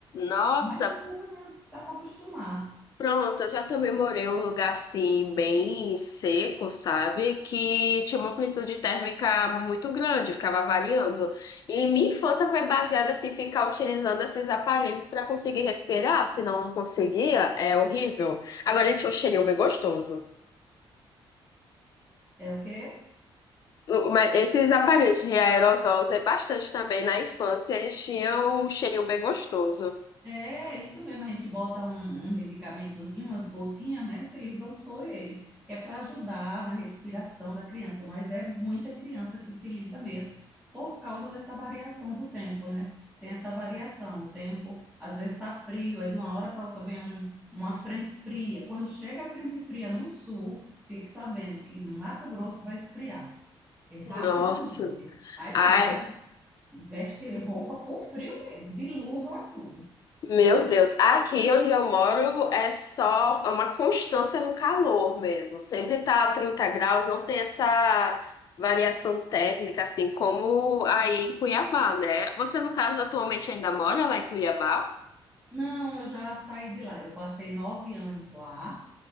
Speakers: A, on the left (about 45°); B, in the centre.
A: Nossa,
B: Mas depois dá para acostumar.
A: pronto, eu já também morei em um lugar assim, bem seco, sabe? Que tinha uma amplitude térmica muito grande, ficava variando. E minha infância foi baseada assim, ficar utilizando esses aparelhos para conseguir respirar, se não conseguia, é horrível. Agora ele tinha um cheirinho bem gostoso.
B: É o quê?
A: O- Mas esses aparelhos de aerosol eu usei bastante também na infância, eles tinham um cheirinho bem gostoso.
B: É, isso mesmo, a gente bota um, um medicamentozinho, umas gotinhas, né? Utiliza o soro ele, que é para ajudar na respiração da criança, mas é muita criança que utiliza mesmo, por causa dessa variação do tempo, né? Tem essa variação, o tempo, às vezes tá frio, aí de uma hora para outra vem um- uma frente fria. Quando chega a frente fria no sul, fique sabendo que no Mato Grosso vai esfriar, é rapidamente.
A: Nossa.
B: Aí
A: Ai,
B: pronto, você veste roupa por frio mesmo, de luva a tudo.
A: Meu Deus, aqui onde eu moro é só é uma constância no calor mesmo. Sempre tá a 30 graus, não tem essa variação térmica assim como aí em Cuiabá, né? Você, no caso, atualmente ainda mora lá em Cuiabá?
B: Não, eu já saí de lá. Eu passei nove anos lá.